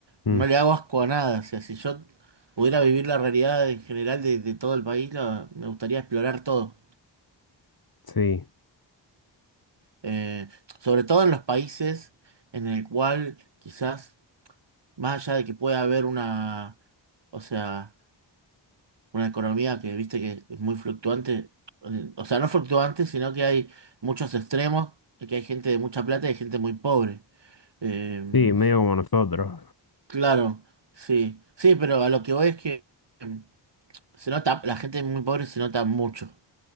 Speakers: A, on the left; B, on the right.
A: Mm,
B: no le hago asco a nada, o sea, si yo pudiera vivir la realidad en general de, de todo el país, la- me gustaría explorar todo,
A: sí,
B: Eh, sobre todo en los países en el cual quizás, más allá de que pueda haber una, o sea una economía que viste que es muy fluctuante, eh, o sea, no fluctuante, sino que hay muchos extremos, que hay gente de mucha plata y hay gente muy pobre. Eh,
A: sí, medio como nosotros.
B: claro, sí, sí, pero a lo que voy es que eh, se nota, la gente muy pobre se nota mucho